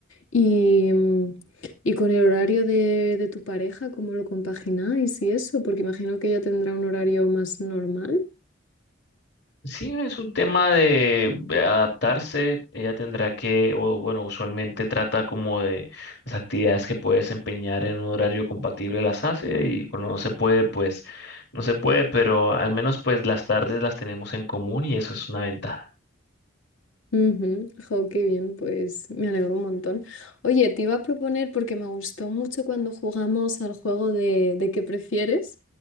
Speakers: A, on the left; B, on the left.
A: Y, mm, y con el horario de, de tu pareja, ¿cómo lo compagináis y eso? Porque imagino que ella tendrá un horario más normal.
B: Sí, es un tema de adaptarse. Ella tendrá que, o bueno, usualmente trata como de las actividades que puede desempeñar en un horario compatible las hace y cuando no se puede, pues no se puede, pero al menos pues las tardes las tenemos en común y eso es una ventaja.
A: Ujú, jo, qué bien, pues me alegro un montón. Oye, te iba a proponer, porque me gustó mucho cuando jugamos al juego de, de qué prefieres,